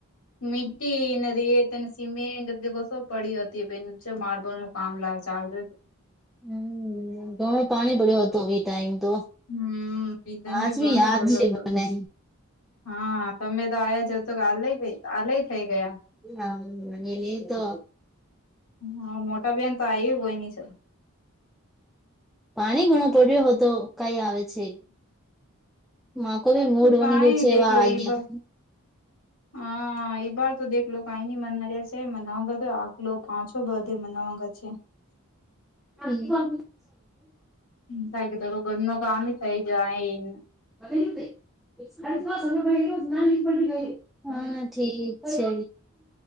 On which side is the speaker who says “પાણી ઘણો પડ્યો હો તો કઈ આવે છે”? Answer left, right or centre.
Centre